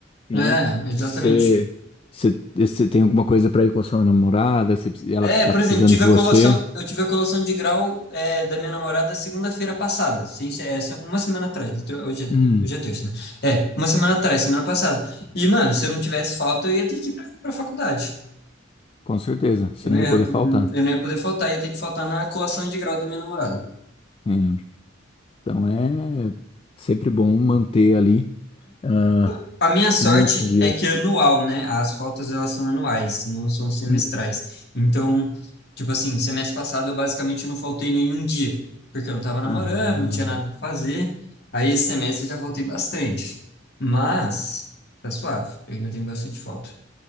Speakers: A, on the left; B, on the left.
A: né?
B: É, exatamente.
A: Você, você, você tem alguma coisa pra ir com a sua namorada, você, precis- ela
B: É,
A: está
B: por
A: precisando
B: exemplo, tive
A: de você.
B: a colação, eu tive a colação de grau é, da minha namorada segunda-feira passada, sem ser- é, se- uma semana atrás, tro- hoje,
A: Hum,
B: é- hoje é terça, né? É, uma semana atrás, semana passada. E, mano, se eu não tivesse falta, eu ia ter que ir pra, pra faculdade.
A: com certeza, você
B: Eu
A: não
B: não
A: ia
B: ia,
A: poder faltar.
B: eu não ia poder faltar, ia ter que faltar na colação de grau da minha namorada.
A: Uhum. Então é sempre bom manter ali ah,
B: O- A minha sorte
A: uns dias.
B: é que é anual, né? As faltas elas são anuais, não são semestrais.
A: Hum.
B: Então, tipo assim, semestre passado eu basicamente não faltei nenhum dia, porque eu não tava namorando,
A: Ah,
B: não tinha nada pra fazer. Aí esse semestre eu já faltei bastante. Mas tá suave, eu ainda tenho bastante falta.